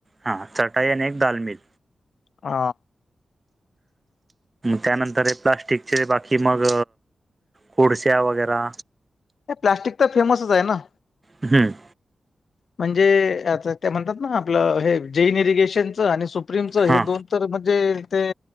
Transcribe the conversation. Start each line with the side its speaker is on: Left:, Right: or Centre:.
Right: हा चटाई आणि एक दालमील
Left: ह...
Right: त्यानंतर हे प्लास्टिकचे बाकी मग कोडस्या वगैरा...
Left: प्लास्टिक तर फेमसच आहे ना...
Right: हम्म...
Left: म्हणजे आता म्हणतात ना आपलं हे जैन इरिगेशनच आणि... प्रेमच हे
Right: हा
Left: दोन तर म्हणजे ते